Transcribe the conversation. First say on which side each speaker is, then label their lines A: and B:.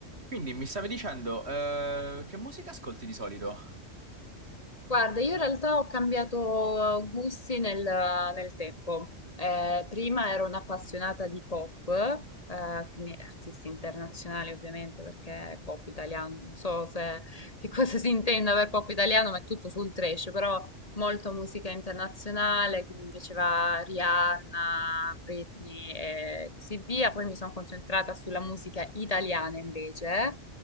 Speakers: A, on the right (about 55°); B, on the left (about 30°).
A: Quindi mi stavi dicendo, eh, che musica ascolti di solito?
B: Guarda, io in realtà ho cambiato eh, gusti nel, nel tempo. Eh, prima ero un'appassionata di pop, eh, quindi artisti internazionali ovviamente, perché pop italiano, non so se, che cosa si intenda per pop italiano, ma è tutto sul trash, però molto musica internazionale, quindi mi piaceva Rihanna, Britney e così via. Poi mi sono concentrata sulla musica italiana invece,